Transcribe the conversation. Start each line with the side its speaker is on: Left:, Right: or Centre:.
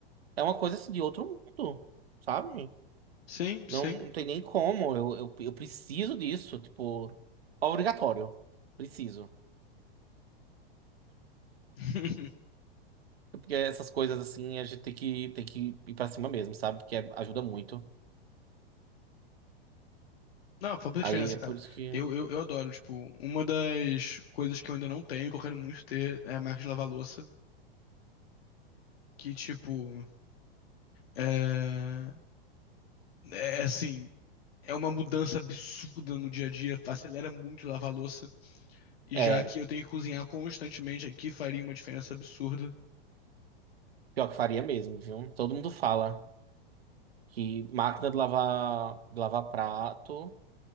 Right: É uma coisa assim de outro mundo, sabe?
Left: sim,
Right: Não,
Left: sim.
Right: não tem nem como, eu, eu, eu preciso disso, tipo, obrigatório, preciso.
Left: <laughs>
Right: Porque essas coisas assim, a gente tem que, tem que ir pra cima mesmo, sabe? Porque ajuda muito.
Left: Não, faz muita
Right: Aí
Left: diferença,
Right: é
Left: cara.
Right: por isso que.
Left: Eu, eu, eu adoro, tipo, uma das coisas que eu ainda não tenho, que eu quero muito ter, é a máquina de lavar louça, que, tipo, é, é é assim, é uma mudança absurda no dia a dia, acelera muito lavar louça, e
Right: É,
Left: já que eu tenho que cozinhar constantemente aqui, faria uma diferença absurda.
Right: pior que faria mesmo, viu? Todo mundo fala que máquina de lavar, de lavar prato.